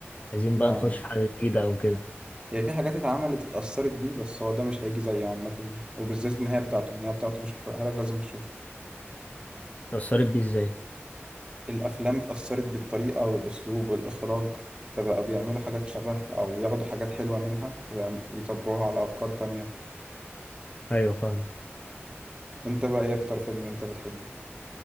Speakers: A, on the left; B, on the right.
A: عايزين
B: لا
A: بقى نخش في حاجه جديده او كده
B: هي في حاجات اتعملت اتأثرت بيه بس هو ده مش هيجي زيه عامة وبالذات النهاية بتاعته النهاية بتاعته مش هحرقها لك لازم تشوفها
A: اتأثرت بيه ازاي
B: الأفلام اتأثرت بالطريقة والأسلوب والإخراج فبقوا بيعملوا حاجات شبه أو بياخدوا حاجات حلوة منها ويعم- ويطبقوها على أفكار تانية
A: ايوه فاهم
B: أنت بقى إيه أكتر فيلم أنت بتحبه؟